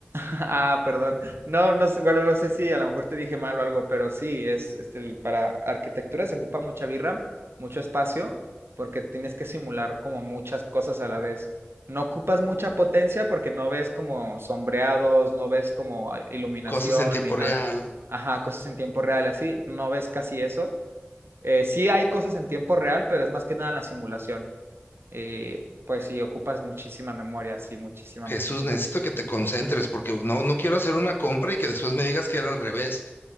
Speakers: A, on the right; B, on the left.
A: Ah, perdón. No, no sé, bueno, no sé si a lo mejor te dije mal o algo, pero sí, es este, para arquitectura se ocupa mucha birra, mucho espacio, porque tienes que simular como muchas cosas a la vez. No ocupas mucha potencia porque no ves como sombreados, no ves como ah, iluminación
B: Cosas en tiempo
A: ni nada.
B: real.
A: Ajá, cosas en tiempo real, así, no ves casi eso. Eh, sí hay cosas en tiempo real, pero es más que nada la simulación. Eh, pues sí, ocupas muchísima memoria, sí, muchísima,
B: Jesús,
A: muchísima.
B: necesito que te concentres porque no, no quiero hacer una compra y que después me digas que era al revés.